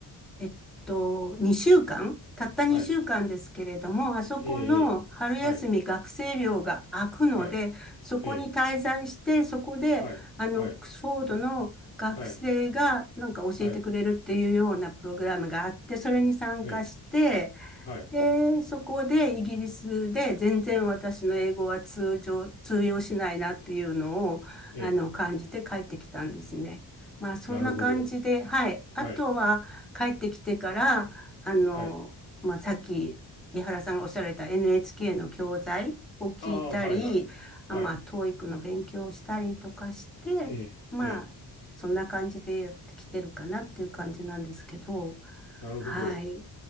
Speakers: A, in the centre; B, on the left (about 75°).
A: えっと、2週間たった2週間ですけれども、
B: はい、
A: あそこの春休み学生寮が空くので、
B: ええ、ええはい、はい、
A: そこに滞在して、
B: ええ、
A: そこで、
B: はい、
A: あの、
B: はい、
A: オックスフォードの学生がなんか教えてくれるっていうようなプログラムがあって、
B: はい、はい、
A: それに参加して、
B: ええ、はい、
A: で、そこでイギリスで全然私の英語は通常、通用しないなっていうのを、
B: ええ、
A: あの、感じて帰ってきたんですね。まあ、そんな感じで、
B: なるほど。
A: はい。あとは、
B: はい、
A: 帰ってきてから、あの、
B: はい、
A: まあ、さっき、井原さんがおっしゃられた NHK の教材を聞いたり、
B: ああ、はい、はい、はい、
A: あまあ、t o の勉強をしたりとかして、
B: ええ、
A: まあ、
B: ええ、
A: そんな感じでやってきてるかなっていう感じなんですけど、
B: なるほど。
A: はい、